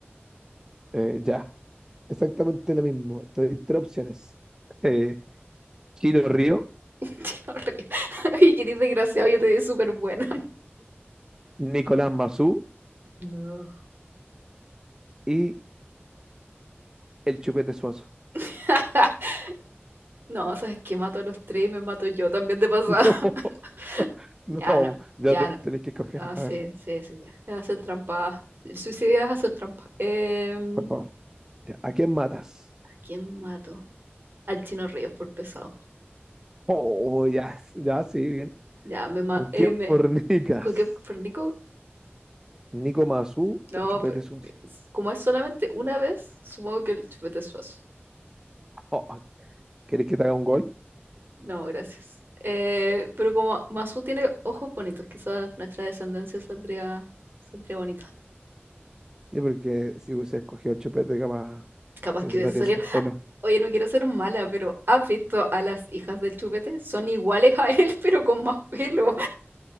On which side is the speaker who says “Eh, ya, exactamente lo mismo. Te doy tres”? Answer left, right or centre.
Right